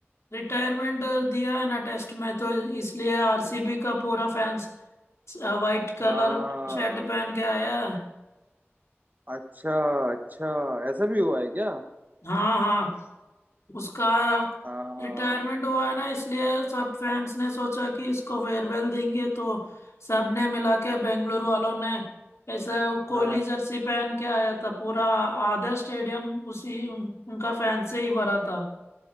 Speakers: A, on the left (about 90°); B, on the right (about 40°).
A: रिटायरमेंट दिया है ना टेस्ट में तो इसलिए आरसीबी का पूरा फैंस वाइट कलर
B: हाँ
A: शर्ट पहन के आया है
B: अच्छा अच्छा ऐसा भी हुआ है क्या
A: हाँ हाँ उसका
B: हाँ
A: रिटायरमेंट हुआ है ना इसलिए सब फैंस ने सोचा कि इसको फेयरवेल देंगे तो सब ने मिला के बेंगलोर वालों ने ऐसे कोहली
B: हाँ
A: जर्सी पहन के आया था पूरा आधा स्टेडियम उसी उन, उनका फैन से ही भरा था